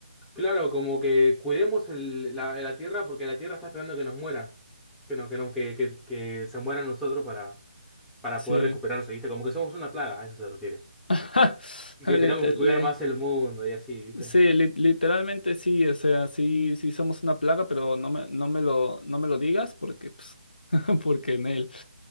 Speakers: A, in the centre; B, on the left.
A: Claro, como que cuidemos el- la, la tierra porque la tierra está esperando que nos muera, que, no, que, no, que, que, que se mueran nosotros para, para
B: Sí.
A: poder recuperarse, ¿viste? Como que somos una plaga, a eso se refiere.
B: <laughs>
A: Que
B: Lite-
A: tenemos que cuidar
B: le-
A: más el mundo y así, ¿viste?
B: sí, li- literalmente sí, o sea, sí, sí somos una plaga, pero no me, no me lo, no me lo digas porque pues, <laughs> Porque en él.